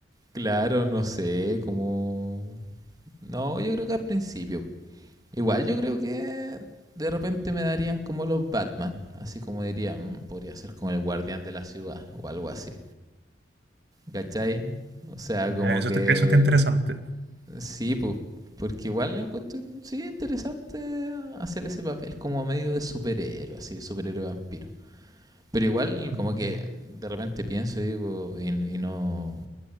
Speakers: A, on the right; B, on the right.
A: claro, no sé, como... No, yo creo que al principio, Igual yo creo que de repente me darían como los Batman, así como diría, "Mm, podría ser como el guardián de la ciudad o algo así. ¿Cachai? O sea,
B: Ya,
A: como
B: eso,
A: que
B: está- eso está interesante.
A: sí, pues, porque igual lo encuentro sí interesante hacer ese papel como medio de superhéroe, así, superhéroe vampiro. Pero igual como
B: Ujú.
A: que de repente pienso y digo, y, y no,